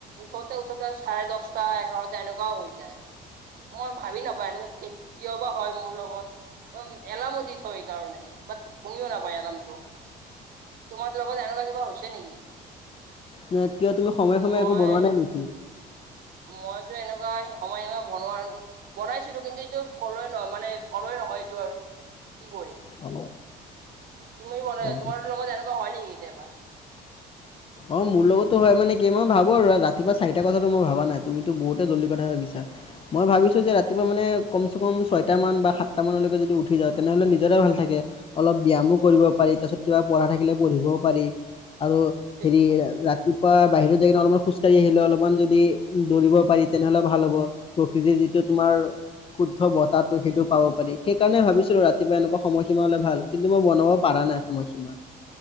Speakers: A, on the right; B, on the left.
A: উঠোতে উঠোতে চাৰে দশ টা এঘাৰতা এনেকোৱাও হৈ যায়। মই ভাবি নাপাও এনেকে, কি-কিয় বা হয় মোৰ লগত। উম। এলাৰ্মো দি থও হেইকাৰণে বাত শুনিও নাপায় এলাৰ্মটো। তোমাৰ লগত এনেকুৱা কিবা হৈছে নেকি?
B: ন কিয় তুমি সময়ে-সময়ে
A: মই
B: একো বনোৱা নাই নেকি?
A: মইতো এনেকুৱা সময়সীমা বনোৱা বনাইছিলো। কিন্তু এইটো ফল'ৱে নহল। মানে ফল'ৱে হয়টো আৰু কি কৰিম!
B: অ
A: তুমিন
B: গম
A: তোমাৰ লগত এনে কিবা হয় নেকি কেতিয়াবা?
B: অ মোৰ লগতো হয় মানে কি, ই মই ভাবো আৰু। ৰাতিপুৱা চাৰিটা কথাটো মই ভাবা নাই। তুমিতো বহুতে জল্দি কথা ভাবিছা। মই ভাবিছো যে ৰাতিপুৱা মানে কম-চে- কম ছয়টা মান বা সাতটা মানলৈকে যদি উঠি যাওঁ, তেনেহলে নিজৰে ভাল থাকে। অলপ ব্যামো কৰিব পাৰি। তাছত কিবা পঢ়া থাকিলে পঢ়িবও পাৰি। আৰু
A: সেইটোৱেতো
B: হেৰি ৰা কিবা বাহিৰত যাই অলপমান খোজকাঢ়ি আহিলে অলপমান, যদি দৌৰিব পাৰি তেনেহলে ভাল হ'ব প্ৰকৃতিৰ যিটো তোমাৰ শুদ্ধ বতাহটো সেইটো পাব পাৰি। সেইকাৰণে ভাবিছিলো ৰাতিপুৱা এনেকুৱা সময়সীমা হলে ভাল। কিন্তু মই বনাব পাৰা নাই সময়সীমা।